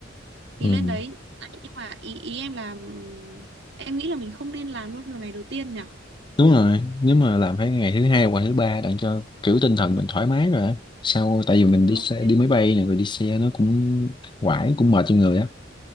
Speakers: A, on the right (about 60°); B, on the left (about 25°).
A: thì
B: ừ.
A: lên đấy Đấy, nhưng mà ý ý em là ừm, em nghĩ là mình không nên làm luôn vào ngày đầu tiên nhỉ?
B: đúng rồi nếu mà làm phải ngày thứ hai hoặc thứ ba đặng cho kiểu tinh thần mình thoải mái rồi á. sau tại vì mình
A: Ừ,
B: đi xe
A: ok.
B: đi máy bay này rồi đi xe nó cũng quải cũng mệt cho người á